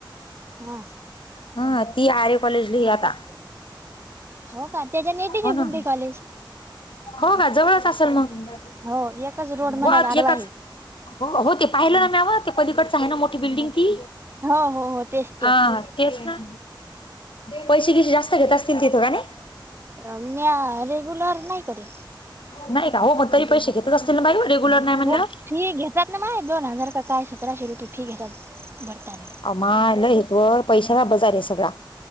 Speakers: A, on the right; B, on the left.
A: हा.
B: ह ती आर्य कॉलेज ल आता.
A: हो का त्याच्या नेटीचे
B: हो
A: पण
B: ना.
A: ते कॉलेज
B: हो का जवळच असेल मग
A: हो एकच रोड
B: हो
A: मध्ये
B: आत
A: आडवा
B: एकाच.
A: आहे
B: हो हो ते पाहिलं ना म्याव ते पलीकडच आहे ना मोठी बिल्डिंग ती
A: हो हो हो तेच तेच
B: ह केफ ना पैसे कसे जास्त घेत असतील तिथं का नाही.
A: रम्या रेगुलर नाही कर.
B: नाही का हो हो तरी पैसेेत. असतील ना बा रेगुलर नाही. म्हणल्यावर
A: हो फी घेतात ना माय दोन हजार का काय सतराशे रुपये फी घेतात भरताले.
B: अ मालं हे त व पैशाचा बजार आहे सगळा.